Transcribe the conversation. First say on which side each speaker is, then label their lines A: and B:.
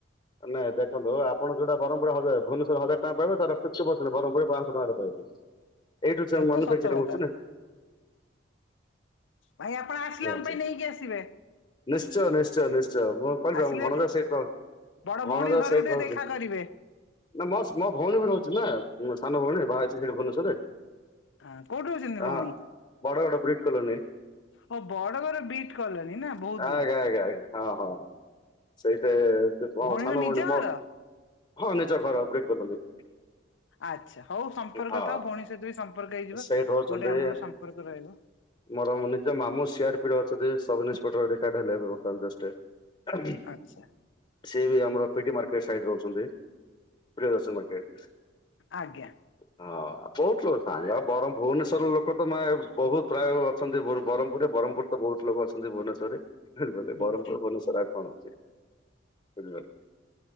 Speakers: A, on the left (about 30°); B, on the left (about 85°).
A: ନାଇଁ ଦେଖନ୍ତ ଆପଣ ଯୋଉଟା ବରମପୁର ହଜା ଭୁବନେଶ୍ୱର ର ହଜାର ଟଙ୍କା ପାଇବେ ତାର ଫିପଟି ପରସେଣ୍ଟ ବରମପୁର ରେ ପାଁଶହ ଟଙ୍କାରେ ପାଇବେ। ଏଇଠୁ ସେ ମନୁଫେକ୍ଚର୍
B: ତ ସତ କଥା
A: ହଉଚୁ ନା।
B: ଭାଇ ଆପଣ ଆସିଲେ
A: ନିହାତି।
B: ଆମ ପାଇଁ ନେଇକି ଆସିବେ।
A: ନିଶ୍ଚୟ, ନିଶ୍ଚୟ, ନିଶ୍ଚୟ ମୁଁ କହିଲି ପରା
B: ଆସିଲେ
A: ମୋ ଭଣଜା ସେଇଠି ରହୁ,
B: ବଡ ଭଉଣୀ
A: ଭଣଜା
B: ଘରୁ
A: ସେଇଠି
B: ଟିକେ
A: ରହୁଛି।
B: ଦେଖା କରିବେ
A: ନା ମସ୍ ମୋ ଭଉଣୀ ବି ରହୁଛି ନା ମୋ ସାନ ଭଉଣୀ ବାହା ହେଇଛି ସେଇଠି ଭୁବନେଶ୍ୱରରେ।
B: ହଁ କୋଉଠି ରହୁଛନ୍ତି
A: ଓ
B: ଭଉଣୀ?
A: ହଁ ବଡ ବଡ ବ୍ରିଟ୍ କଲୋନୀ।
B: ହଁ ବଡ ବର ବିଟ୍ କଲୋନି ନା। ବହୁତ
A: ଆଜ୍ଞା,
B: ଦୂର
A: ଆଜ୍ଞା, ଆଜ୍ଞା ହଁ, ହଁ ସେଇଠି ସେ କଣ
B: ଭଉଣୀଙ୍କ
A: ସାନ
B: ନିଜ
A: ଭଉଣୀ ମୋ
B: ଘର?
A: ହଁ ନିଜର ପରା ବ୍ରିଟ୍ କଲୋନୀ।
B: ଆଚ୍ଛା, ହଉ ସମ୍ପର୍କ
A: ହଁ।
B: ଥାଉ ଭଉଣୀ ସହିତ ବି ସମ୍ପର୍କ ହେଇଯିବ।
A: ସେଇଠି ରହୁଛନ୍ତି
B: ଗୋଟେ ଆମର ସମ୍ପର୍କ ରହିବ।
A: ମୋର ନିଜ ମାମୁଁ ସିଆର୍ ପି ରେ ଅଛନ୍ତି ସବ ଇନ୍ସପେକ୍ଟର୍ ରିଟାର୍ଡ ହେଲେ, ଏବେ ବର୍ତ୍ତମାନ ଜଷ୍ଟ ଏ ଆ
B: ଆଚ୍ଛା
A: ସିଏ ବି ଆମର ପିଡି ମାର୍କେଟ୍ ସାଇଡରେ ରହୁଛନ୍ତି ପ୍ରିୟ ଦର୍ଶନ ମାର୍କେଟ୍ସ।
B: ଆଜ୍ଞା।
A: ହଁ ବହୁତ ଲୋକ ସାଙ୍ଗ ବରମ ଭୁବନେଶ୍ବର ରୁ ଲୋକ ତ ମେ- ବହୁତ ପ୍ରାୟ ଅଛନ୍ତି ବ-ବରମପୁରରେ। ବରମପୁର ବହୁତ ଲୋକ ଅଛନ୍ତି ଭୁବନେଶ୍ୱରରେ। <unintelligible>
B: ହୁଁ
A: ବରମପୁର ଭୁବନେଶ୍ୱର ଆ କଣ ଅଛି? ବୁଝିଲେ।